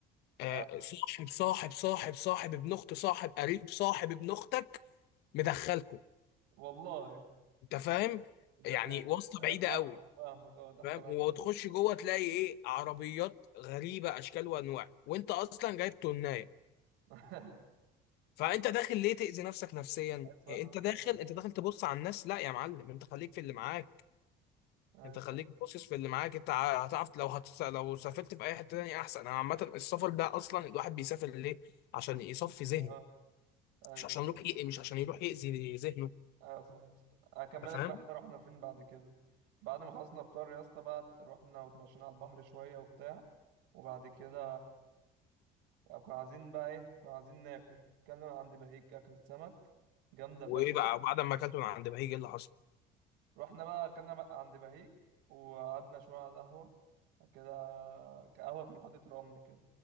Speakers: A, on the left; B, on the right.
A: آه
B: آه،
A: صاحب صاحب صاحب صاحب ابن اخت صاحب قريب صاحب ابن اختك مدخلكوا
B: والله
A: انت فاهم
B: ده
A: يعني
B: ت-
A: واسطة بعيدة
B: آه، فاهمك
A: قوي
B: فاهمك اه ده حاجه
A: فاهم
B: بعيده
A: وتخش جوه تلاقي ايه عربيات غريبة اشكال وانواع وانت اصلا جايب تناية
B: <laughs>
A: فانت داخل ليه تأذي نفسك نفسيا
B: ايوه صح
A: إيه،
B: انت
A: انت داخل
B: عندك حق
A: انت داخل تبص على الناس لا يا معلم انت خليك في اللي معاك
B: ايوه
A: انت خليك
B: فاهم.
A: باصص في اللي معاك انت ع- هتعرف لو هتس... لو سافرت في اي حته تانية احسن انا عامه السفر ده اصلا الواحد بيسافر ليه عشان يصفي ذهنه
B: آه، ايوه
A: مش عشان يروح يق... مش عشان يروح يأذي ذهنه
B: ايوه صح يا اسطى اكملك
A: انت فاهم
B: بقى احنا رحنا فين بعد كده بعد ما خلصنا فطار يا اسطى بقى رحنا واتمشينا على البحر شويه وبتاع وبعد كده كنا عايزين بقى ايه كنا عايزين ناكل كنا عند بهيك اكلة سمك جامده فشخ
A: وايه بقى بعد ما اكلت من عند بهيج ايه اللي حصل
B: رحنا بقى اكلنا بقى عند بهيك وقعدنا شويه على القهوه بعد كده قهوه في محطه رمل كده